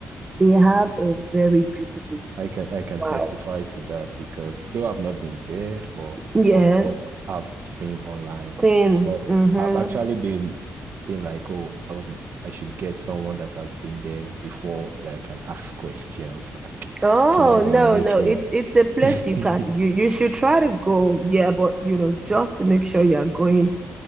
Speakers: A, on the right; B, on the right.
A: They have a very beautiful
B: I
A: view.
B: can I can
A: Wow.
B: testify to that because though I've not been there, but
A: Yeah.
B: from what I've seen online,
A: Sin.
B: but
A: Mm-hmm.
B: I've actually been been like, oh, um, I should get someone that has been there before that I can ask <laughs> questions, like
A: Oh,
B: so that if
A: no,
B: I'm making,
A: no. It's it's
B: <laughs>
A: a place
B: you'll
A: you can you you should try to go. Yeah, but you know, just to make sure you're going